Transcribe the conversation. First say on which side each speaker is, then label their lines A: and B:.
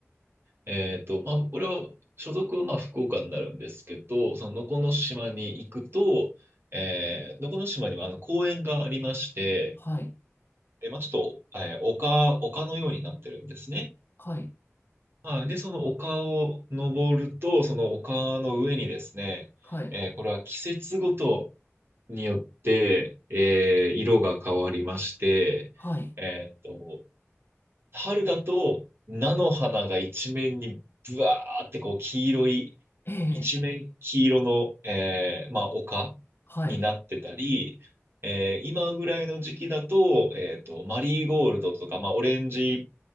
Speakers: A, on the right (about 55°); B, on the left (about 50°).
A: えっと、まあ、これは、所属はまあ、福岡になるんですけど、その能古の島に行くと、えー、能古の島には、あの、公園がありまして、
B: はい、
A: えーまあ、ちょっと、えー丘、丘のようになってるんですね。
B: は
A: はい。で、その丘を登ると、その丘の上にですね、
B: い、
A: えーこれは季節ごとによって、えー色が変わりまして、
B: はい、
A: えーっと、春だと菜の花が一面にブワーってこう黄色い、
B: ええ、
A: 一面黄色の、えーまあ丘
B: はい、
A: になってたり、えー今ぐらいの時期だと、えーっと、マリーゴールドとか、まあオレンジ